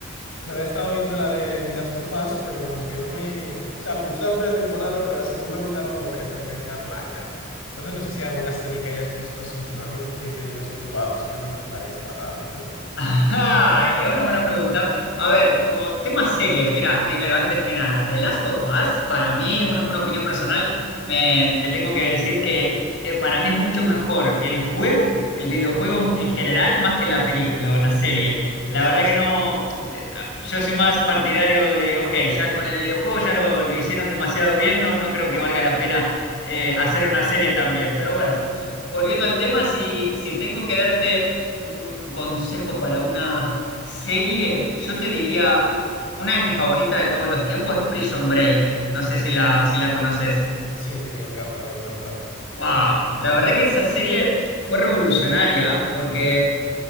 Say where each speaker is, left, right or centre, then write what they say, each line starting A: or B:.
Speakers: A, on the left; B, on the left.
A: Me había estado viendo la de The Last of Us, pero como que no me... O sea, me gustó la primera temporada, pero la segunda me está dando como pereza empezarla. y, bah. Entonces no sé si hay alguna serie que hayas visto así últimamente que digas tú, va, pues quiero recomendar esta, tal, no sé.
B: Ajá, es una buena pregunta. A ver, como temas series, mira, primero, antes que nada, The Last of Us, para mí, una, una opinión personal, me, te tengo que decir que eh, para mí es mucho mejor el juego, el videojuego en general, más que la
A: Sí,
B: película o la serie. La
A: Sí,
B: verdad
A: sí.
B: que no, eh, yo soy más partidario de, ok, ya con el videojuego ya lo, lo hicieron demasiado bien, no, no creo que valga la pena eh, hacer una serie también. Pero bueno, volviendo al tema, si, si tengo que darte un consejo para una serie, yo te diría, una de mis favoritas de todos los tiempos es Prison Break. No sé si la, si la conoces.
A: sí, me encanta, me encanta.
B: ¡Wow! La verdad que esa serie fue revolucionaria porque